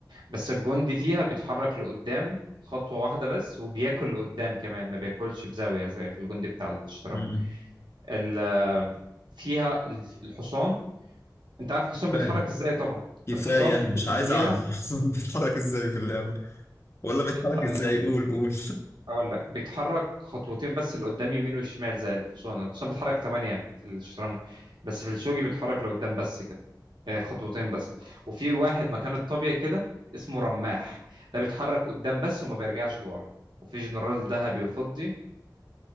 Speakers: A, on the right; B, on the left.
A: بس الجندي فيها بيتحرك لقدام خطوة واحدة بس وبياكل لقدام كمان ما بياكلش بزاوية زي الجندي بتاع الشطرنج
B: مم.
A: ال- آه، فيها الحصان أنت عارف الحصان بيتحرك
B: كفايه
A: إزاي طبعا
B: كفايه
A: الحصان
B: يعني، مش
A: اللي
B: عايز
A: فيها
B: اعرف <laughs> اصلا بيتحرك ازاي في اللعبه ولا بيتحرك
A: آه،
B: ازاي قول قول
A: اقول لك بيتحرك خطوتين بس لقدام يمين وشمال زي الحصان الحصان بيتحرك ثمانية في الشطرنج بس في الشوجي بيتحرك لقدام بس كده آه، خطوتين بس وفي واحد مكان الطابية كده اسمه
B: <laughs>
A: رماح ده بيتحرك قدام بس وما بيرجعش لورا وفي جنرال ذهبي وفضي